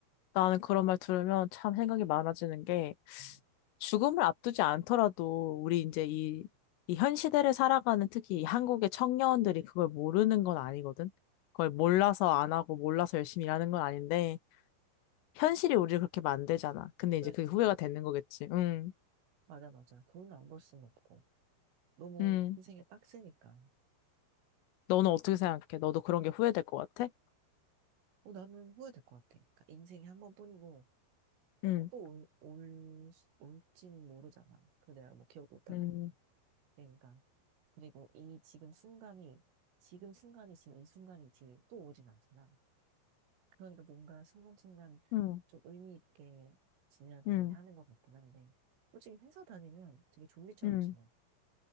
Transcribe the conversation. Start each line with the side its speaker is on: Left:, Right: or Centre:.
Left: 나는 그런 말 들으면 참 생각이 많아지는 게
Right: 음.
Left: 죽음을 앞두지 않더라도 우리 이제 이, 이 현 시대를 살아가는 특히 이 한국의 청년들이 그걸 모르는 건 아니거든. 그걸 몰라서 안 하고 몰라서 열심히 일하는 건 아닌데 현실이 우리를 그렇게 만들잖아. 근데 이제
Right: 그렇지
Left: 그게 후회가 되는 거겠지. 응,
Right: 맞아 맞아. 돈 안 벌 수는 없고 너무
Left: 응.
Right: 인생이 빡세니까.
Left: 너는 어떻게 생각해? 너도 그런 게 후회될 것 같아?
Right: 어, 나는 후회될 것 같아. 그러니까 인생이 한 번뿐이고.
Left: 응,
Right: 또 올, 올, 수- 올지는 모르잖아. 그 내가 뭐 기억도 못할
Left: 응,
Right: 거고. 그러니까. 그리고 이 지금 순간이, 지금 순간이 지금 이 순간이 지 또 오진 않잖아. 그러니까 뭔가 순간순간
Left: 응,
Right: 좀 의미 있게 지내야 되긴
Left: 응,
Right: 하는 것 같긴 한데. 솔직히 회사 다니면 되게 좀비처럼
Left: 응.
Right: 지내.